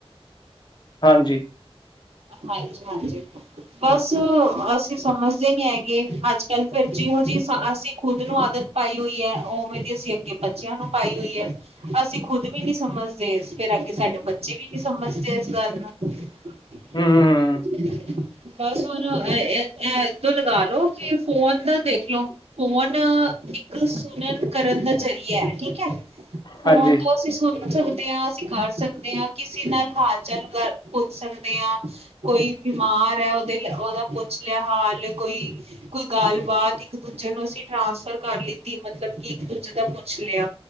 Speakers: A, on the left (about 45°); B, on the right (about 75°).
A: ਹਾਂਜੀ
B: ਹਾਂਜੀ ਹਾਂਜੀ ਬਸ ਅਸੀਂ ਸਮਝਦੇ ਨੀ ਹੈਗੇ ਅੱਜ ਕੱਲ ਫਿਰ ਜਿਹੋ ਜਿਹੀ ਅਸੀਂ ਖੁਦ ਨੂੰ ਆਦਤ ਪਾਈ ਹੋਈ ਐ ਉਵੇਂ ਦੀ ਅਸੀਂ ਅੱਗੇ ਬੱਚਿਆਂ ਨੂੰ ਪਾਈ ਹੋਈ ਐ ਅਸੀਂ ਖੁਦ ਵੀ ਨੀ ਸਮਝਦੇ ਫਿਰ ਅੱਗੇ ਸਾਡੇ ਬੱਚੇ ਵੀ ਨੀ ਸਮਝਦੇ ਇਸ ਗੱਲ ਨੂੰ
A: ਹੂੰ ਹੂੰ
B: <unintelligible> ਬਸ ਉਹਨੂੰ ਇਦਾਂ ਲਗਾ ਲੋ ਕਿ ਫੋਨ ਦਾ ਦੇਖਲੋ ਫੋਨ ਇੱਕ ਸੁਣਨ ਕਰਨ ਦਾ ਜ਼ਰੀਆ ਏ, ਠੀਕ ਐ? ਫੋਨ
A: ਹਾਂਜੀ
B: ਤੋਂ ਅਸੀਂ ਸੁਣ ਪੁੱਛ ਸਕਦੇ ਹਾਂ, ਅਸੀਂ ਕਰ ਸਕਦੇ ਹਾਂ, ਕਿਸੇ ਨਾਲ ਹਾਲ- ਚਾਲ ਪੁੱਛ ਸਕਦੇ ਹਾਂ। ਕੋਈ ਬਿਮਾਰ ਐ, ਉਹਦੇ ਉਹਦਾ ਪੁੱਛ ਲਿਆ ਹਾਲ ਕੋਈ ਕੋਈ ਗੱਲਬਾਤ ਇੱਕ ਦੂਜੇ ਨੂੰ ਅਸੀਂ ਟ੍ਰਾਂਸਫਰ ਕਰ ਲਿੱਤੀ ਮਤਲਬ ਕਿ ਇੱਕ ਦੂਜੇ ਦਾ ਪੁੱਛ ਲਿਆ।